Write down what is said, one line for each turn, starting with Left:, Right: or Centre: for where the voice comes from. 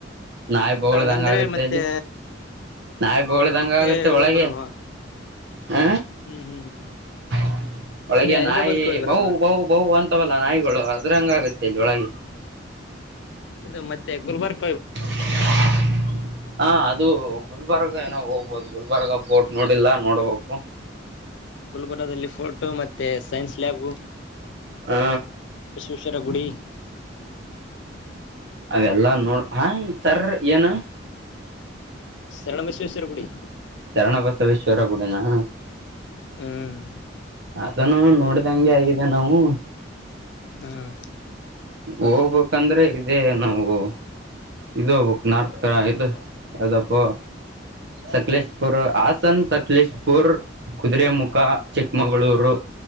Right: ನಾವಿ ಬಗಳದ
Left: ಹಂಗಂದ್ರೆ
Right: ಹಂಗ ಆಗುತ್ತೆ
Left: ಮತ್ತೆ
Right: ಅಲ್ಲಿ. ನಾಯ್ ಬೊಗಳಂಗೆ
Left: ಇದಕ್ಕೆ
Right: ಆಗತ್ತೆ ಒಳಗೆ
Left: ಹೋಗಿ ಬರೋಣವಾ
Right: ಹ
Left: ಹ್ಮ್ ಹ್ಮ್.
Right: <inaudible> ಒಳಗೆ
Left: ಇಲ್ಲಿ ಹೈದ್ರಾಬಾದ್ಗೆ
Right: ನಾಯಿ
Left: ಹೋಗಿ ಬರೋಣವಾ
Right: ಬವು ಬವು ಬವು ಅಂತವಲ್ಲ ನಾಯಿಗಳು ಅದ್ರಂಗ ಆಗತ್ತೆ ಇಲ್ಲಿ ಒಳಗೆ.
Left: ಇದು ಮತ್ತೆ ಗುಲ್ಬರ್ಗ.
Right: <inaudible> ಹಾ ಅದು ಗುಲ್ಬರ್ಗ ಹೋಗ್ಬೋದು ಗುಲ್ಬರ್ಗ ಪೋರ್ಟ್ ನೋಡಿಲ್ಲ ನೋಡ್ಬೇಕು.
Left: ಗುಲ್ಬುರಲ್ಲಿ ಫೋಟೋ ಮತ್ತೆ ಸೈನ್ಸ್ ಲ್ಯಾಬು.
Right: ಹ
Left: ಶಕ್ಷರಗುಡಿ.
Right: ಅವೆಲ್ಲಾ ನೋಡ್ ಹಾ ಸರ್ ಏನು.
Left: ಶರಣ ಬಸವೇಶ್ವರ ಗುಡಿ.
Right: ಶರಣಬಸವೇಶ್ವರ ಗುಡನಾ.
Left: ಹ್ಮ್
Right: ಅದನು ನೋಡಿದಂಗೆ ಆಗಿದೆ ನಾವು.
Left: ಹ್ಮ್
Right: ಹೋಗ್ಬೇಕಂದ್ರೆ ಇದೇ ನಾವು. ಇದೋಗ್ಬೇಕು ನಾರ್ತ್ ಕ ಇದು ಅದಪ್ಪ. ಸಕಲೇಶಪುರ್ ಹಸನ್ ಸಕಲೇಶಪುರ್. ಕುದುರರೆಮುಖ ಚಿಕ್ಕಮಗಳೂರು.